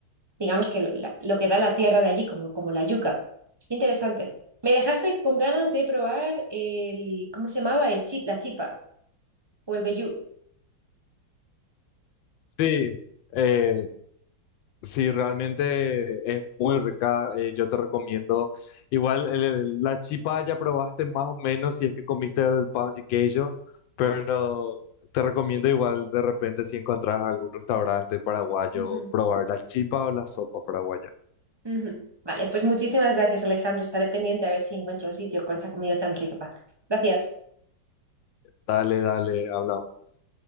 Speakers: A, on the right; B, on the left.
A: digamos que la- lo que da la tierra de allí, como, como la yuca. Qué interesante. Me dejaste con ganas de probar el, ¿cómo se llamaba? El chip, la chipa o el vellú.
B: Sí, eh, sí, realmente es muy rica. eh, yo te recomiendo. Igual el- el- la chipa ya probaste más o menos si es que comiste el pan de queijo, pero te recomiendo igual de repente si encontrás algún restaurante paraguayo,
A: Ujú,
B: probar la chipa o la sopa paraguaya.
A: ujú. Vale, pues muchísimas gracias, Alejandro. Estaré pendiente a ver si encuentro un sitio con esa comida tan rica. Gracias.
B: Dale, dale, hablamos.